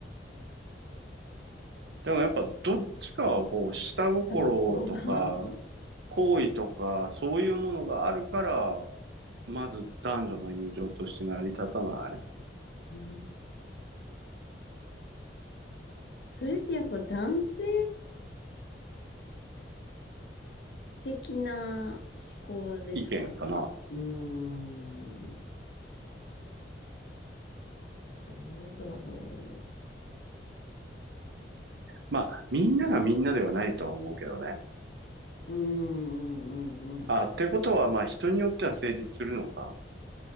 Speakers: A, on the right (about 70°); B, on the left (about 65°).
A: でもやっぱどっちかはこう下心とか
B: ええ心が
A: 好意とかそういうものがあるから、まず男女の友情として成り立たな
B: ええそれってやっぱ男性的な思考ですかね。
A: い意見かな。
B: うーん、どうだろ
A: まあみんながみんなではないとは思うけどね。
B: う。うんうんうんうんっ
A: あ、ってことはまあ人によっては成立するのか。